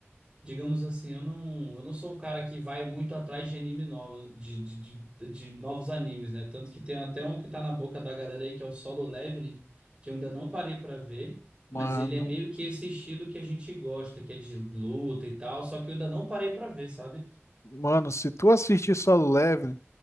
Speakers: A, on the right; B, on the left.
A: digamos assim, eu não, eu não sou um cara que vai muito atrás de anime novos, de, de, de, de novos animes, né? Tanto que tem até um que tá na boca da galera aí, que é o Solo Leveling, que eu ainda não parei pra ver, mas
B: Mano,
A: ele é meio que esse estilo que a gente gosta, que é de luta e tal, só que eu ainda não parei pra ver, sabe?
B: mano, se tu assistir Solo Leveling,